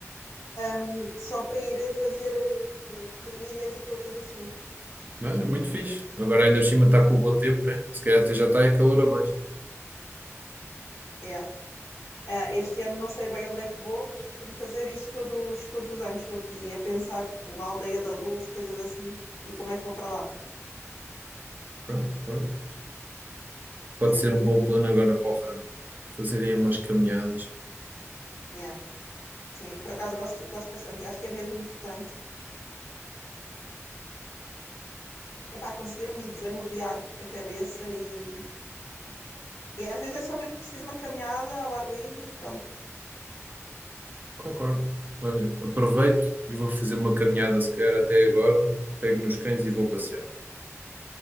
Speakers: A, on the left; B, on the right.
A: um, só para ir fazer eh, tipo, trilhas e coisas assim.
B: Não, é É muito fixe. Agora ainda por cima está
A: Yeah,
B: com o bom tempo, né? Se calhar até já está a calor a mais.
A: yeah. Ah, este ano não sei bem onde é que vou, mas costumo fazer isso todos, todos os anos. Estou aqui a pensar, tipo, a Aldeia da Luz, coisas assim, e como é que vou para lá.
B: Claro, claro. Pode
A: Yeah,
B: ser um bom plano agora para o verão. Fazerem umas caminhadas.
A: yeah. Sim, por acaso gosto, gosto bastante e acho que é mesmo importante. é para conseguirmos desanuviar a cabeça e, e às vezes é só mesmo preciso uma caminhada ao ar livre e pronto. <laughs>
B: Concordo. Olha, aproveito e vou fazer uma caminhada se calhar até agora. Pego nos cães e vou passear.